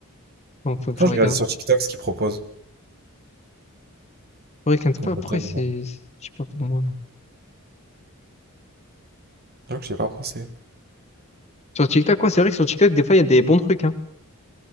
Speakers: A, on the left (about 30°); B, on the right (about 45°).
A: Non, faut que
B: je
A: je
B: regarde
A: regarde.
B: sur TikTok ce qu'ils proposent
A: Auric and Spa,
B: comme
A: après,
B: hôtel.
A: c'est, je sais pas pour moi.
B: J'avoue que j'ai pas pensé.
A: Sur TikTok, ouais, c'est vrai que sur TikTok, des fois, il y a des bons trucs, hein.